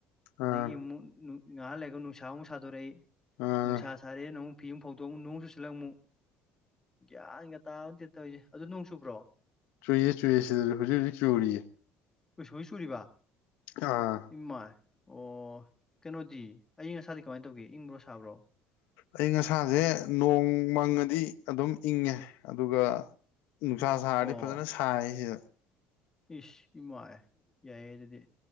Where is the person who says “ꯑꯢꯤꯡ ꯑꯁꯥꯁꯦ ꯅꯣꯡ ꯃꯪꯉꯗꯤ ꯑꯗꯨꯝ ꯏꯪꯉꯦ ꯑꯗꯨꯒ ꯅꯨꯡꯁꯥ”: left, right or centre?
Left